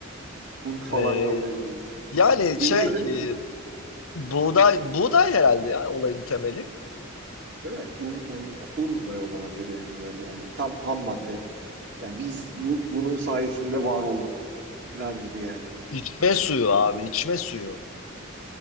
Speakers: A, on the right (about 55°); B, on the left (about 85°).
A: Un falan
B: Ee,
A: yollayabiliriz.
B: yani
A: Dünya
B: şey
A: üzerindeki
B: e, buğday buğday herhalde ya olayın temeli.
A: değil mi? Un, un, un da yollanabilir yani böyle. Yani tam ham madde. Yani biz bu bunun sayesinde var olduk der gibi yani.
B: İçme suyu abi içme suyu.